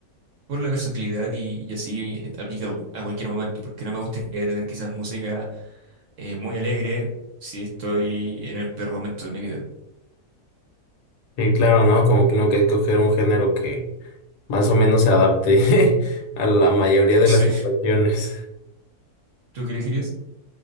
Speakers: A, on the right; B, on the left.
A: por la versatilidad y, y así eh, aplica a cualquier momento, porque no me gustaría tener quizás música eh, muy alegre si estoy en el peor momento de mi vida.
B: Y claro, ¿no? Como que uno que escoger un género que más o menos se adapte <laughs> a la mayoría de
A: Sí,
B: las situaciones.
A: ¿tú qué elegirías?